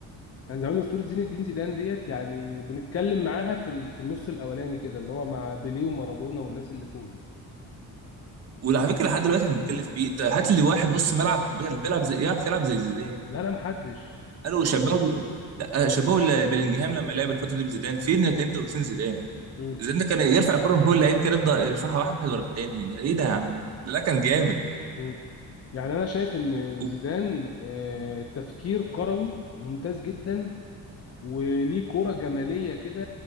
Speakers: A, on the left; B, on the right.
A: كان زمان أسطورة زين الدين زيدان ديت يعني بنتكلم معاها في ال- في النص الأولاني كده اللي هو مع بيليه ومارادونا والناس اللي فوق دي
B: وعلى فكره لحد دلوقتي احنا بنتكلم فيه انت هات لي واحد نص ملعب بيلعب زي يعرف يلعب زي زيدان
A: لا لا محدش
B: قالوا شبهوا لا شبهوا ال- بلينجهام لما لعب الفتره دي بزيدان فين كان انت وفين زيدان
A: مم.
B: زيدان ده كان يرفع الكره من فوق اللعيبه كده يفضل يرفعها واحد ورا التاني ده ايه ده يا عم ده لا كان جامد
A: مم. يعني أنا شايف إن
B: و-
A: زيدان آه، تفكير كروي ممتاز جدا وليه كوره جماليه كده